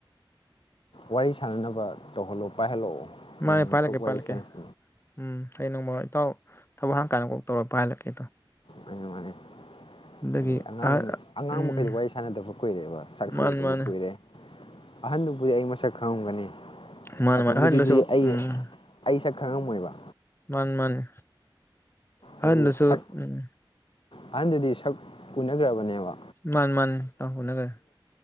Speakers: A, on the left (about 80°); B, on the left (about 30°).
A: ꯋꯥꯔꯤ ꯁꯥꯟꯅꯅꯕ ꯇꯧꯍꯜꯂꯣ ꯄꯥꯏꯍꯜꯂꯛꯑꯣ
B: ꯃꯥ
A: ꯍꯌꯦꯡ ꯅꯣꯡꯃ
B: ꯄꯥꯏꯍꯜꯂꯛꯀꯦ
A: ꯇꯣꯛ ꯋꯥꯔꯤ
B: ꯄꯥꯏꯍꯜꯂꯛꯀꯦ
A: ꯁꯥꯟꯅꯁꯤ
B: ꯎꯝ ꯍꯌꯦꯡ ꯅꯣꯡꯃ ꯏꯇꯥꯎ ꯊꯕꯛ ꯍꯥꯡ ꯀꯥꯟꯅ ꯀꯣꯛ ꯇꯧꯔ ꯄ ꯍꯜꯂꯛꯀꯦꯗꯣ
A: ꯃꯥꯅꯦ ꯃꯥꯅꯦ
B: ꯑꯗꯒꯤ
A: ꯍꯥꯏꯗꯤ ꯑꯉꯥꯡ
B: ꯑꯍꯟ
A: ꯑꯉꯥꯡ
B: ꯎꯝ
A: ꯃꯈꯩꯗ ꯋꯥꯔꯤ ꯁꯥꯟꯅꯗꯕ ꯀꯨꯏꯔꯦꯕ ꯁꯥꯛ ꯁꯨꯗꯕ
B: ꯃꯥꯅꯤ ꯃꯥꯅꯤ
A: ꯀꯨꯏꯔꯦ ꯑꯍꯟꯗꯨꯕꯨꯗꯤ ꯑꯩ ꯁꯛ ꯈꯡꯉꯝꯒꯅꯤ
B: ꯃꯥꯅꯤ
A: ꯑꯇꯣꯝꯕꯤꯗꯨꯗ
B: ꯃꯥꯅꯤ ꯑꯍꯟꯗꯨꯁꯨ
A: ꯑꯩ
B: ꯎꯝ
A: ꯑꯩ ꯁꯛ ꯈꯪꯉꯝꯃꯣꯏꯕ
B: ꯃꯥꯅꯤ ꯃꯥꯅꯤ ꯑꯍꯟꯗꯨꯁꯨ
A: ꯍꯥꯏꯗꯤ ꯁꯛ
B: ꯎꯝ
A: ꯑꯍꯟꯗꯨꯗꯤ ꯁꯛ ꯎꯟꯅꯒꯔꯕꯅꯦꯕ
B: ꯃꯥꯅꯦ ꯃꯥꯅꯦ <unintelligible>